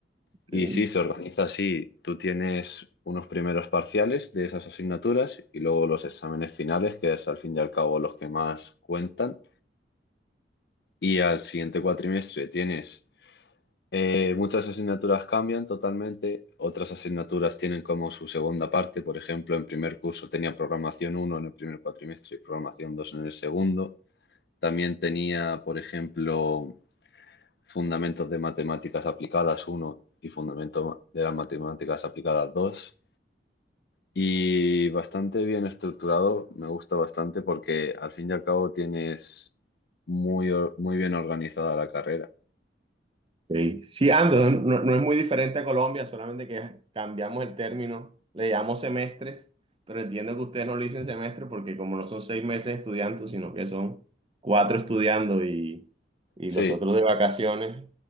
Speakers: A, on the right; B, on the left.
A: ok.
B: Y sí, se organiza así. Tú tienes unos primeros parciales de esas asignaturas y luego los exámenes finales, que es al fin y al cabo los que más cuentan. Y al siguiente cuatrimestre tienes eh, muchas asignaturas cambian totalmente, otras asignaturas tienen como su segunda parte. Por ejemplo, en primer curso tenía programación uno en el primer cuatrimestre y programación 2 en el segundo. También tenía, por ejemplo, Fundamentos de Matemáticas Aplicadas uno y Fundamentos de las Matemáticas Aplicadas dos Y bastante bien estructurado, me gusta bastante porque al fin y al cabo tienes muy, or- muy bien organizada la carrera.
A: Sí, Sí, ando, no, no- no es muy diferente a Colombia, solamente que cambiamos el término, le llamamos semestres, pero entiendo que ustedes no le dicen semestre porque como no son seis meses estudiando, sino que son cuatro estudiando y, y
B: Sí,
A: los otros de vacaciones,